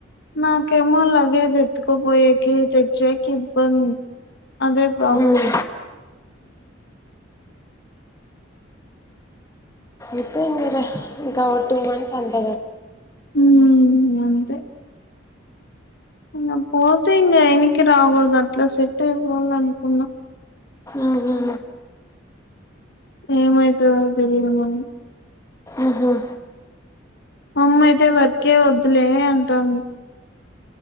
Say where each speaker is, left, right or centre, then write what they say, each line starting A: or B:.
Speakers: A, on the left; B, on the left.
A: నాకేమో లగేజ్ ఎత్తుకోపోయేకి తెచేకి ఇబ్బంది అదే ప్రాబ్లమ్
B: ఉమ్. ఇప్పు ఇర ఇంకా టూ మంత్స్ అంటద
A: హ అంతే ఇ పోతే ఇం ఎంటికి రాకూడదు అట్లా సెట్ అయిపోల అనుకున్నా
B: ఆహా
A: ఏమైతుందో తెలియదు మం
B: ఉహ
A: మమ్మ అయితే వర్కే వద్దులే అంటాను